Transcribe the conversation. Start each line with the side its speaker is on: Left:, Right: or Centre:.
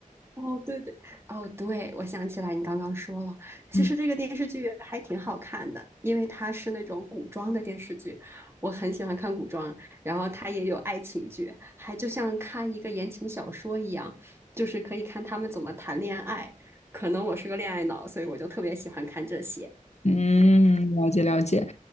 Right: 哦，对对，哦，对，我想起来你刚刚说了，其实这个电视剧还挺好看的，
Left: 嗯，
Right: 因为它是那种古装的电视剧，我很喜欢看古装，然后它也有爱情剧，还就像看一个言情小说一样，就是可以看他们怎么谈恋爱。可能我是个恋爱脑，所以我就特别喜欢看这些。
Left: 嗯，了解了解。